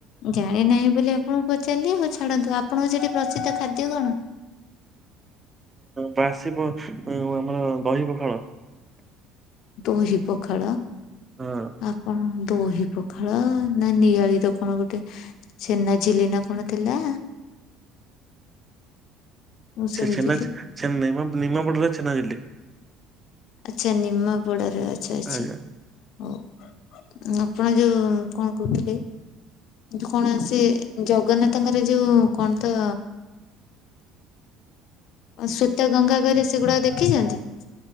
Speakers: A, on the left (about 65°); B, on the right (about 25°).
A: ଜାଣି ନାହିଁ ବୋଲି ଆପଣଙ୍କୁ ପଚାରିଲି ହଉ ଛାଡନ୍ତୁ ଆପଣଙ୍କ ସେଠି ପ୍ରସିଦ୍ଧ ଖାଦ୍ୟ କଣ?
B: ବାସିବ ଆମର ଦହିବ ପଖାଳ
A: ଦହି ପଖାଳ
B: ହଁ
A: ଆପଣ ଦହି ପଖାଳ ନା ନିଆଳିର କଣ ଗୋଟେ ଚ୍ଛେନାଝିଲି ନା କଣ ଥିଲା? ମୁଁ ଶୁଣିଥିଲି
B: ସେ ଚ୍ଛେନା ନାଇ ମ ନି ନିମାପଡ଼ାରେ ଚ୍ଛେନାଝିଲି।
A: ଆଛା ନିମାପଡ଼ାରେ ଆଛା ଆଛା।
B: ଆଜ୍ଞା
A: ହୋଉ ଆପଣ ଯୋଉ କଣ କହୁଥିଲି? କଣ ସେ ଜଗନ୍ନାଥଙ୍କର ଯୋଉ କଣ ତ ସୂତଗଙ୍ଗା ଘରେ ସେଗୁଡାକ ଦେଖିଛନ୍ତି?